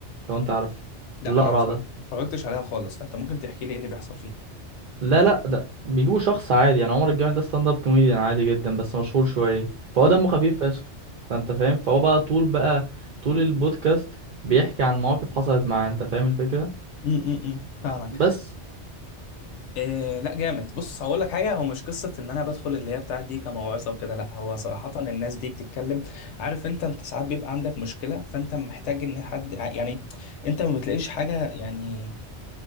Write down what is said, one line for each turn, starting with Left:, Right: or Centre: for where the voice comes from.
Right: لو انت عارف
Left: لا
Right: الاقرع
Left: انا ما اتفرج-
Right: ده
Left: ما اتفرجتش عليها خالص فانت ممكن تحكي لي ايه اللي بيحصل فيها
Right: لا لا ده بيجيبوا شخص عادي يعني عمر الجمل ده ستاند اب كوميديان عادي جدا بس مشهور شويه فهو
Left: م-
Right: دمه خفيف فشخ فانت فاهم فهو بقى طول بقى طول البودكاست بيحكي عن مواقف حصلت معاه انت فاهم الفكره
Left: م- م- م. فاهمك
Right: بس
Left: إيه لا جامد بص هقول لك حاجه هو مش قصه ان انا بدخل اللي هي بتاعت دي كموعظه وكده لا هو صراحه الناس دي بتتكلم عارف انت انت ساعات بيبقى عندك مشكله فانت محتاج ان حد يعني انت ما بتلاقيش حاجه يعني